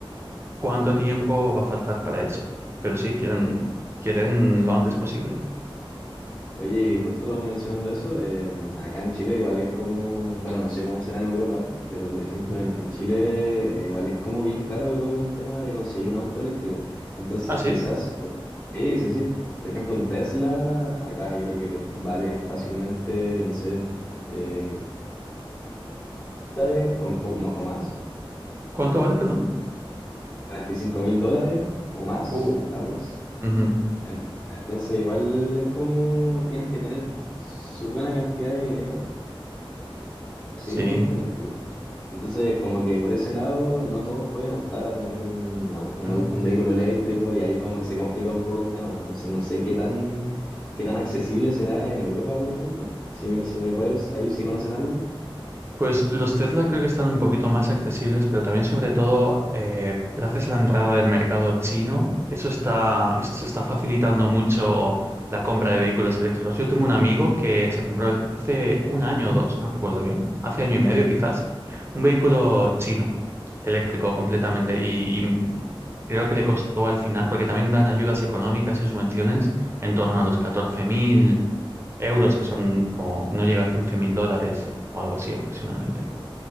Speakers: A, on the right; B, on the left.
A: cuánto tiempo va a faltar para eso. Pero sí, quieren,
B: Sí.
A: quieren lo antes posible.
B: Oye, y justo mencionando eso, em, acá en Chile igual es como, bueno, no sé cómo será en Europa, pero por ejemplo
A: Ujú.
B: en, en Chile eh, igual es como bien caro todo el tema de conseguir un auto eléctrico. Entonces
A: Ah, sí.
B: quizás, sí, sí, sí, por ejemplo un Tesla, acá yo creo que te vale fácilmente, no sé, eh, dólares o, un po- ma- o más,
A: ¿Cuánto vale, perdón?
B: cuarenta y cinco mil dólares o más,
A: Uh,
B: aprox.
A: ujú,
B: En- Entonces igual es como tienes que tener su buena cantidad de dinero. para Conseguir
A: Sí.
B: un auto eléctrico. Entonces, como que por ese lado, no todos pueden optar a tener un, au- un,
A: Ujú.
B: au- un vehículo eléctrico y ahí como que se complica un poco el tema. Entonces, no sé qué tan, qué tan accesible será en Europa, por ejemplo. Si me, si me puedes, ahí si conoces algo.
A: Pues los Tesla creo que están un poquito más accesibles, pero también sobre todo eh, gracias a la entrada del mercado chino, eso está, esto está facilitando mucho la compra de vehículos eléctricos. Yo tengo un amigo que se compró el- hace un año o dos, no recuerdo bien, hace año y medio quizás, un vehículo chino, eléctrico completamente,
B: Mm,
A: y, y creo que le costó al final, porque también dan ayudas económicas y subvenciones en torno a los catorce mil euros, que son como, no llega a quince mil dólares o algo así aproximadamente.